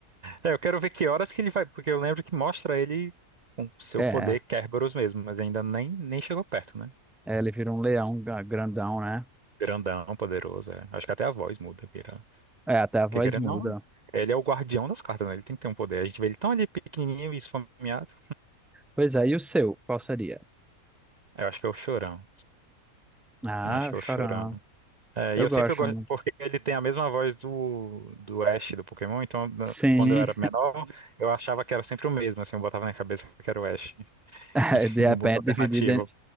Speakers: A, on the right; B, in the centre.
A: É, eu quero ver que horas que ele vai, porque eu lembro que mostra ele com seu
B: É,
A: poder Kerberos mesmo, mas ainda nem, nem chegou perto, né?
B: é, ele vira um leão ga- grandão, né?
A: Grandão, poderoso, é. Acho que até a voz muda, vira.
B: É, até a voz
A: Porque querendo
B: muda.
A: ou não, ele é o guardião das cartas, né? Ele tem que ter um poder. A gente vê ele tão ali pequenininho e esfomeado.
B: Pois é, e o seu, qual seria?
A: Eu acho que é o Chorão.
B: Ah,
A: Eu acho que
B: o
A: é
B: Chorão.
A: o Chorão. É,
B: Eu
A: e eu
B: gosto.
A: sempre gosto,
B: mu-
A: porque ele tem a mesma voz do, do Ash do Pokémon, então na-
B: Sim,
A: quando eu era menor, eu achava que era sempre o mesmo, assim, eu botava na cabeça que era o Ash
B: <laughs>
A: <laughs>
B: É, de
A: no
B: repente
A: mundo alternativo,
B: dividido, en-